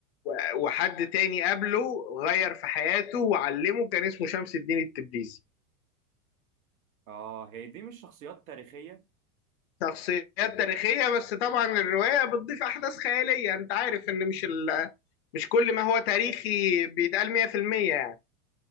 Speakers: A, on the left; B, on the right.
A: و- وحد تاني قبله غير في حياته وعلمه كان اسمه شمس الدين التبريزي
B: اه هي دي مش شخصيات تاريخية
A: شخصيات تاريخية بس طبعا الرواية بتضيف أحداث خيالية أنت عارف إن مش ال... مش كل ما هو تاريخي بيتقال 100% يعني